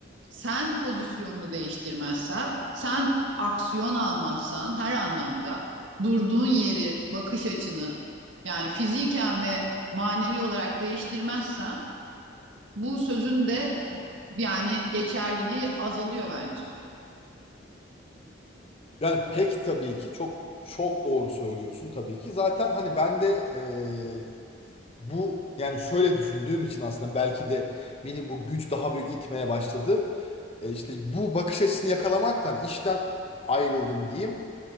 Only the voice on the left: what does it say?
yani pek tabii ki çok çok doğru söylüyorsun tabii ki. Zaten hani ben de eee, bu yani şöyle düşündüğüm için aslında belki de beni bu güç daha büyük itmeye başladı. E, işte bu bakış açısını yakalamaktan işten ayrıldım diyeyim.